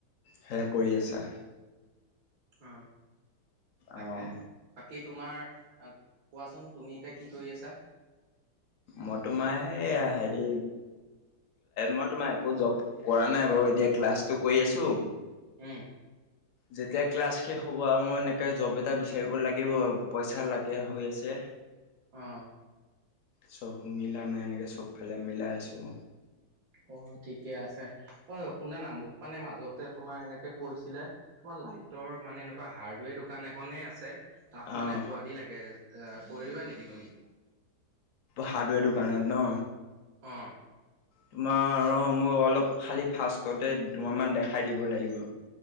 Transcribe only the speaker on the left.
সেয়া কৰি আছা?
অঁ
মই তোমাৰ এ, হেয়া হেডো মই তোমাৰ একো জব কৰা নাই বাৰু, এতিয়া ক্লাছটো কৰি আছোঁ।
যেতিয়া ক্লাছ শেষ হ'ব আৰু মই এনেকৈ জব এটা বিচাৰিব লাগিব পইচা লাগে হৈ আছে
চব মিলা নাই এনেকে চবফালে মিলাই আছোঁ
অঁ
হাৰ্ডৱেৰ দোকানত ন
তোমাৰ মই অলপ খালী ফাৰ্ষ্ষ্টতে দুমাহমান দেখাই দিব লাগিব